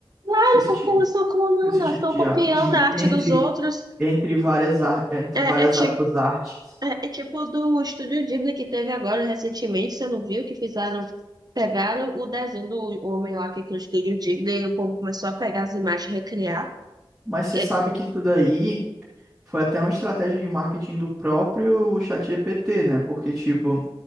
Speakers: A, on the right; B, in the centre.
A: Elas
B: com esse
A: estão
B: tipo,
A: elas estão clonando,
B: com esse
A: elas
B: tipo
A: estão
B: de,
A: copiando
B: a- de
A: a arte
B: entre,
A: dos outros.
B: entre várias, ar- entre
A: É,
B: várias
A: é tipo,
B: aspas, artes.
A: é, é tipo do Estúdio Ghibli que teve agora recentemente, você não viu, que fizeram, pegaram o desenho do homem lá que criou o Estúdio Ghibli e o povo começou a pegar as imagens e recriar.
B: Mas você
A: É,
B: sabe que isso daí foi até uma estratégia de marketing do próprio ChatGPT, né? Porque, tipo,